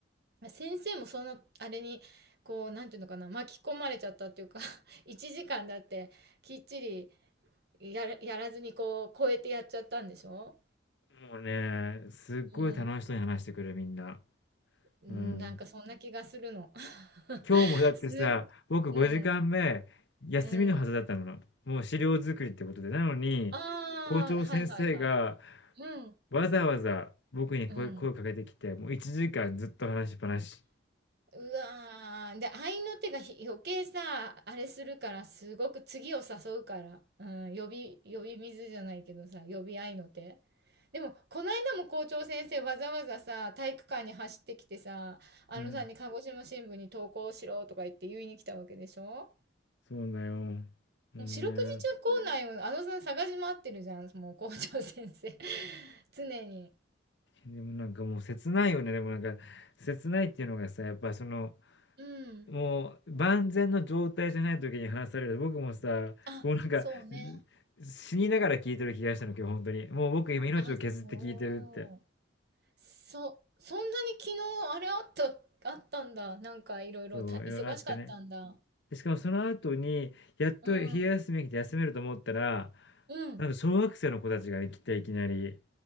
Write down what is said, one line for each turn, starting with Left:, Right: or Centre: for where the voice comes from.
Right: 先生もそのあれにこうなんていうのかな巻き込まれちゃったっていうか <laughs> 1時間だってきっちりやら、やらずにこう超えてやっちゃったんでしょ
Left: もうね、すっごい楽しそうに話してくる、
Right: うん。
Left: みんな。
Right: うん、
Left: うん。
Right: なんかそんな気がするの。<laughs>
Left: 今日もだってさ、
Right: すご
Left: 僕5時間目、
Right: うん、
Left: 休みのはずだったの。
Right: うん。
Left: もう資料作りってことで。なのに、
Right: ああ、
Left: 校長先生が
Right: はいはいはい。うん、
Left: わざわざ僕に声、
Right: うん。
Left: 声をかけてきて、もう1時間ずっと話しっぱなし。
Right: うわー。で、合いの手がひ余計さ、あれするから、すごく次を誘うから。うん、呼び、呼び水じゃないけどさ、呼び合いの手。でも、この間も校長先生わざわざさ、体育館に走ってきてさ、あのさんに鹿児島新聞に投稿しろとか言って言いに来たわけでしょ
Left: うん、そうだよ。もうね。
Right: もう四六時中校内をあのさん探し回ってるじゃん、もう校長先生。<laughs> 常に。
Left: でもなんかもう切ないよね。でもなんか切ないっていうのがさ、やっぱその、
Right: うん。
Left: もう万全の状態じゃない時に話される。僕もさ、
Right: あ、
Left: もうなんか
Right: そうね。
Left: 死にながら聞いてる気がしたの、今日本当に。もう僕今命を削って聞いてるって。
Right: あ、そう。そ、そんなに昨日あれあった、あったんだ。なんかいろいろた忙しかったんだ。
Left: そう、いろいろあってね。で、しかもその後に、やっと昼休み来て休めると思ったら、
Right: うん。うん。
Left: なんか小学生の子たちが来ていきなり。